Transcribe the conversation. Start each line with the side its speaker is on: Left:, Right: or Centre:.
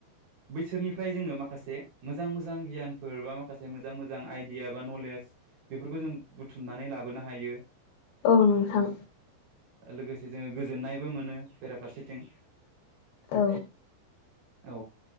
Right: बैसोरनिफ्राय जोङो माखासे मोजां मोजां गियानफोर बा माखासे मोजां मोजां आइडिया बा नलेज बेफोरखौ जों बुथुमनानै लाबोनो हायो।
Left: औ नोंथां
Right: लोगोसे जोङो गोजोननायबो मोनो बेराफारसेथिं
Left: औ।
Right: औ